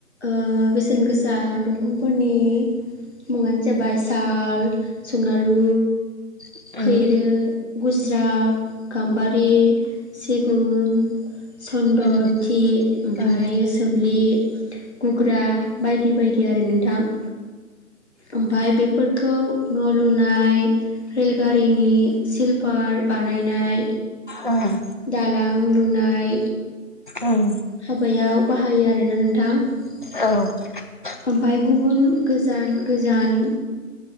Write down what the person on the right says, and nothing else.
उम
उम
उम
उम
उम
औ ।